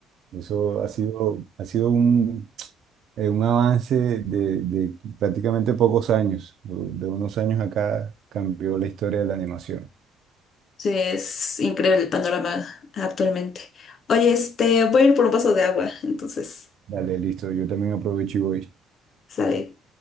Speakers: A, on the right; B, on the left.
A: Eso ha sido, ha sido un, eh, un avance de, de prácticamente pocos años. De, de unos años acá cambió la historia de la animación.
B: Sí, es increíble el panorama actualmente. Oye, este, voy a ir por un vaso de agua, entonces,
A: Dale, listo. Yo también aprovecho y voy.
B: sale.